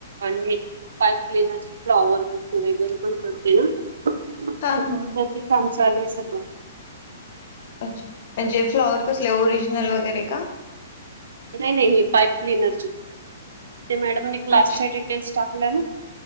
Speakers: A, on the right; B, on the left.
A: आणि मी पाईप लेनची फ्लाॉवर बुके वगैरे पण करते ना.
B: हा
A: च
B: हा
A: आमच्या <unintelligible> आले चालुये सगळ.
B: अच्छा! म्हणजे फ्लॉवर कसले ओरिजनल
A: हं.
B: वगैरे का?
A: नाही नाही हे पाईप क्लिनरची ते मॅडमने क्लासच्या
B: अच्छा
A: डिटेल्स टाकल्या ना.